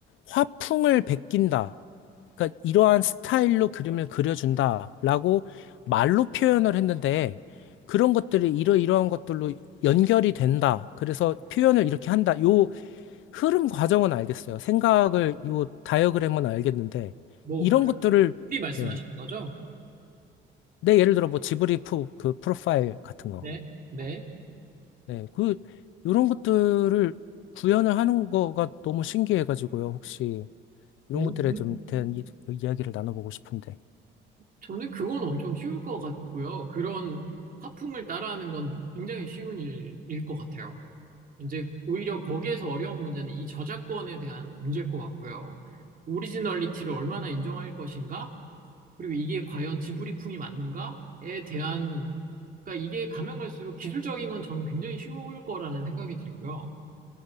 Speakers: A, on the left (about 80°); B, on the right (about 45°).
A: 화풍을 베낀다. 그러니까 이러한 스타일로 그림을 그려준다라고 말로 표현을 했는데 그런 것들이 이러이러한 것들로 연결이 된다. 그래서 표현을 이렇게 한다. 요 흐름 과정은 알겠어요. 생각을, 요 다이어그램은 알겠는데,
B: 뭐,
A: 이런
B: 그,
A: 것들을,
B: 미리 말씀하시는
A: 네.
B: 거죠?
A: 내 예를 들어 뭐 지브리프 그 프로파일 같은
B: 네.
A: 거.
B: 네.
A: 네. 그, 요런 것들을 구현을 하는 거가 너무 신기해가지고요. 혹시 이런
B: 오.
A: 것들에
B: 음.
A: 좀 대한 이, 이야기를 나눠보고 싶은데.
B: 저는 그건 엄청 쉬울 것 같고요. 그런 화풍을 따라하는 건 굉장히 쉬운 일일 것 같아요. 이제 오히려 거기에서 어려운 문제는 이 저작권에 대한 문제일 것 같고요. 오리지널리티를 얼마나 인정할 것인가? 그리고 이게 과연 지브리풍이 맞는가?에 대한, 그러니까 이게 가면 갈수록 기술적인 건 저는 굉장히 쉬울 거라는 생각이 들고요.